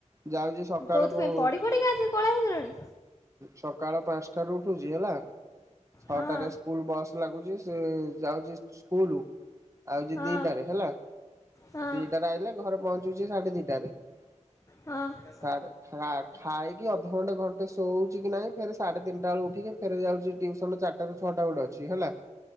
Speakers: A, on the right; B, on the left.
A: ଯାଉଛି ସକାଳ
B: କେଉଁଥିପାଇଁ
A: ହୁଁ
B: ପଢ଼ି ପଢ଼ିକା ଆଜି କଳା ହେଇଗଲାଣି
A: ସକାଳ ପାଞ୍ଚଟ। ଉଠୁଛି ହେଲା ଛଅଟାରେ
B: ହଁ
A: ସ୍କୁଲ ବସ୍ ଲାଗୁଛି ସେ ଯାଉଛି ସ୍କୁଲ ଜା ଆଉଛି
B: ହଁ
A: ଦିଟାରେ ହେଲା
B: ହଁ
A: ଦିଟାରେ ଆଇଲେ ଘରେ ପହଞ୍ଚୁଛି ସାଢେ ଦିଟାରେ। ହ
B: ହଁ
A: ଛାଡ଼େ ଖା ଖାଇକି ଅଧଘଣ୍ଟେ ଘଣ୍ଟେ ଶୋଉଛି କି ନାହିଁ ଫେ ସାଢେ ତିନିଟା ବେଳ ଉଠିକି ଫେରେ ଯାଉଛି। ଟଟିସନ ର ଚାରଟ ର ଛଅଟା ଗୋଟେ ଅଛି ହେଲା।